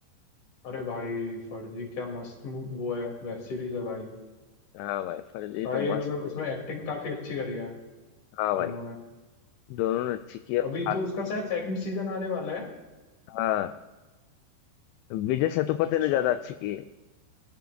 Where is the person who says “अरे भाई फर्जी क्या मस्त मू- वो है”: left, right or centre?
Left